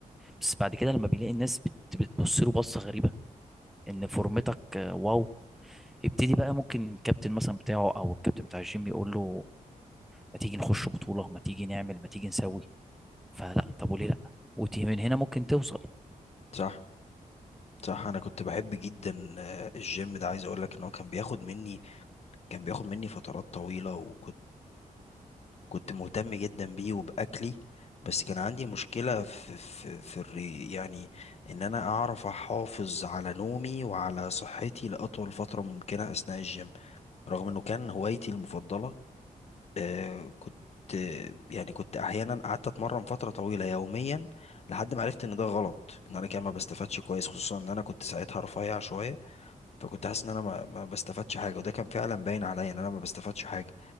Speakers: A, in the centre; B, on the left.
A: بس بعد كده لما بيلاقي الناس بت- بتبص له بصة غريبة إن فورمتك آه، واو يبتدي بقى ممكن الكابتن مثلا بتاعه او الكابتن بتاع الجيم يقول له ما تيجي نخش بطولة ما تيجي نعمل ما تيجي نسوي فلا
B: مم.
A: طب وليه لا وتي من هنا ممكن توصل
B: صح صح انا كنت بحب جدا آه، الجيم ده عايز اقول لك ان هو كان بياخد مني كان بياخد مني فترات طويلة وكنت كنت مهتم جدا بيه وبأكلي بس كان عندي مشكلة في في في الري يعني إن أنا أعرف أحافظ على نومي وعلى صحتي لأطول فترة ممكنة أثناء الجيم رغم إنه كان هوايتي المفضلة آه كنت يعني كنت أحيانا قعدت أتمرن فترة طويلة يوميا لحد ما عرفت إن ده غلط إن أنا كده ما بستفادش كويس خصوصا إن أنا كنت ساعتها رفيع شوية فكنت حاسس إن أنا ما ما بستفادش حاجة وده كان فعلا باين عليا إن أنا ما بستفادش حاجة